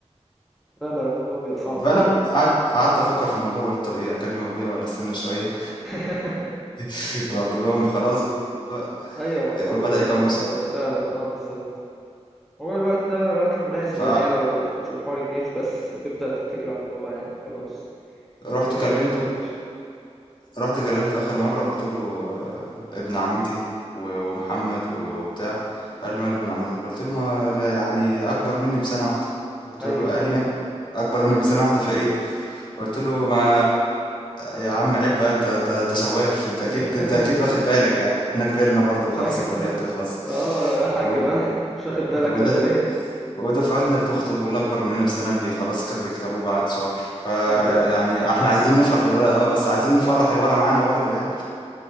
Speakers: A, in the centre; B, on the left.
A: لا لا الموضوع بيبقى صعب
B: بقى
A: فعلا
B: انا قعد قعدت افكر في الموضوع وقلت طب ايه اكلم ابويا ولا استنى شوية
A: <laughs>
B: <laughs> يبقى كلهم خلاص بقى
A: ايوه ما خلاص
B: كل بدأ
A: بقى يعني
B: يكون
A: انت
B: أسرة
A: فعلا اه بالظبط هو الوقت ده الوقت المناسب
B: ف
A: يعني هي لو تشوف حوار الجيش بس وتبدأ تتكل على الله بقى يعني خلاص
B: رُحت
A: ملوش داعي
B: كلّمته،
A: التأخير
B: رُحت كلّمته آخر مرّة قُلت له آه، ابن عمّتي و ومحمد و وبتاع،
A: مم.
B: قال لي: "ماله ابن عمّتك؟" قُلت له: "ما أنا يعني أكبر منّي بسَنة واحدة." قُلت
A: أيوه
B: له قال لي:
A: أيوه
B: "ماله، أكبر منّك بسَنة واحدة في إيه؟" قُلت له: "ما يا عم عيب بقى أنت أنت أنت سواف، أنت أكيد
A: <laughs>
B: أنت أكيد واخد بالك يعني، إحنا كبرنا برضه وخلاص
A: أيوه
B: الكلّية بتخلص."
A: اه يا حاج
B: وال
A: بقى مش واخد بالك
B: ي وده
A: ولا ايه
B: ودفعتنا بتخطب واللي اكبر مننا بسنه بي خلاص كانت بيكتبوا بعد شهر فيعني
A: أيوه
B: احنا عايزين نفرح للولد اه بس عايزين نفرح الولد معانا برضه يعني